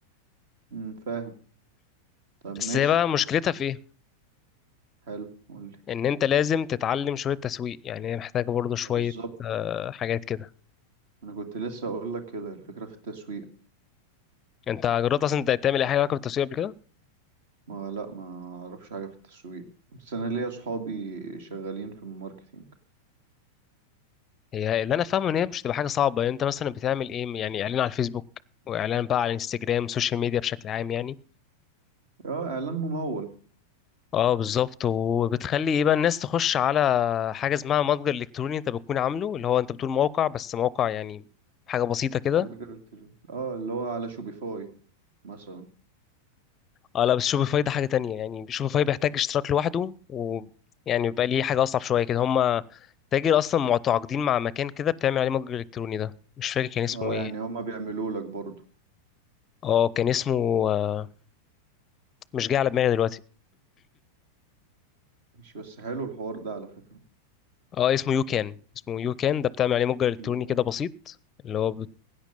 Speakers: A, on the right; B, on the left.
A: امم فاهم طب ماشي
B: بس هي بقى مشكلتها في ايه
A: حلو قولي
B: ان انت لازم تتعلم شويه تسويق يعني هي محتاجه برضه شويه
A: اه بالظبط
B: آه، حاجات كده
A: انا كنت لسه اقول لك كده الفكرة في التسويق
B: انت جربت اصلا انت تعمل اي حاجه علاقه بالتسويق قبل كده
A: ما لا ما اعرفش حاجة في التسويق بس انا ليا اصحابي شغالين في الماركتينج
B: هي اللي انا فاهمه ان هي مش تبقى حاجه صعبه يعني انت مثلا بتعمل ايه يعني اعلان على الفيسبوك واعلان بقى على الانستجرام سوشيال ميديا بشكل عام يعني
A: اه اعلان ممول
B: اه بالظبط وبتخلي ايه بقى الناس تخش على حاجه اسمها متجر الكتروني انت بتكون عامله اللي هو انت بتقول موقع بس موقع يعني حاجه بسيطه كده
A: متجر التليفون اه اللي هو على شوبيفاي مثلا
B: اه لا بس شوبيفاي ده حاجه تانية يعني شوبيفاي بيحتاج اشتراك لوحده ويعني بيبقى ليه حاجه اصعب شويه كده هما تاجر اصلا متعاقدين مع مكان كده بتعمل عليه متجر الكتروني ده مش فاكر كان اسمه
A: اه
B: ايه
A: يعني هما بيعملوا لك برضه
B: اه كان اسمه آه، مش جاي على دماغي دلوقتي
A: مش بس حلو الحوار ده على فكرة
B: اه اسمه يو كان اسمه يو كان ده بتعمل عليه متجر الكتروني
A: يمكن
B: كده بسيط اللي هو بت-